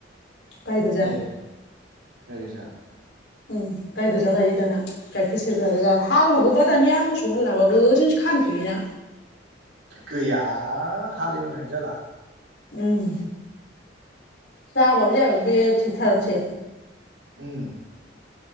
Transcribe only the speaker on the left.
गाय गोजा
उम गाय गोजा लायो दाना गाइखेर सेरग्रा गोजा हालुवाबोबा दानिया मोसौ हाल हाबो ओरैनो फानथोयोना?
उम जाबाबो जायाबाबो बे थिकटारानोसै।